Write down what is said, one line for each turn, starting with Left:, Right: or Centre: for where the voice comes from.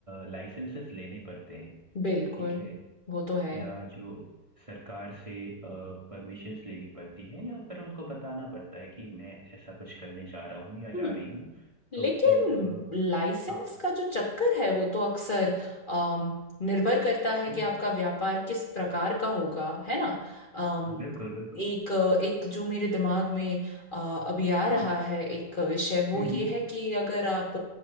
Right: लाइसेंसेस लेने पड़ते हैं
Left: बिल्कुल
Right: ठीक है
Left: वो तो है
Right: या जो सरकार से परमिशंस लेनी पड़ती है या फिर उनको बताना पड़ता है कि मैं ऐसा कुछ करने जा रहा हूँ या जा
Left: हम्म
Right: रही हूँ तो
Left: लेकिन
Right: फिर
Left: लाइसेंस
Right: आ, हाँ
Left: का जो चक्कर है वो तो अक्सर अम, निर्भर करता है
Right: हम्म,
Left: कि आपका व्यापार किस प्रकार का होगा है ना अम,
Right: बिल्कुल बिल्कुल
Left: एक एक जो मेरे दिमाग में अ, अभी आ रहा
Right: हाँ
Left: है एक विषय वो
Right: हम्म,
Left: ये
Right: हम्म,
Left: है कि अगर आप